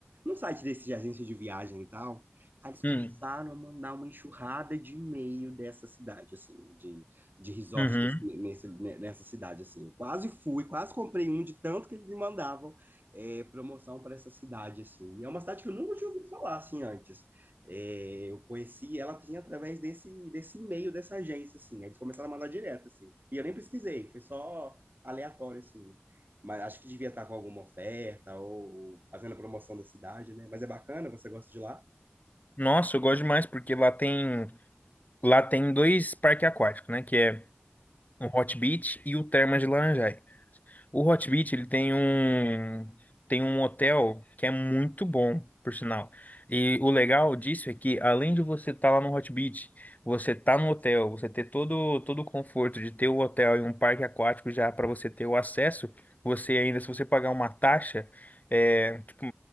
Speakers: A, on the right (about 50°); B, on the left (about 40°).
A: site desse de agência de viagem e tal. Aí eles começaram
B: Hum. Hum.
A: a mandar uma enxurrada de e-mail dessa cidade, assim, de, de resort
B: Uhum.
A: nesse, nesse- ne- nessa cidade, assim. Eu Quase fui, quase comprei um de tanto que eles me mandavam é, promoção para essa cidade, assim. E é uma cidade que eu nunca tinha ouvido falar, assim, antes. É, eu conheci ela, assim, através desse, desse e-mail dessa agência, assim. Aí eles começaram a mandar direto, assim. E eu nem pesquisei, foi só aleatório, assim mas acho que devia estar com alguma oferta ou fazendo a promoção da cidade, né? Mas é bacana, você gosta de lá?
B: Nossa, eu gosto demais porque lá tem lá tem dois parques aquáticos, né? Que é o Hot Beach e o Termas de Laranjais. O Hot Beach, ele tem um tem um hotel que é muito bom, por sinal. E o legal disso é que além de você estar lá no Hot Beach, você tá no hotel, você ter todo todo o conforto de ter o hotel e um parque aquático já para você ter o acesso, você ainda se você pagar uma taxa, é, tipo,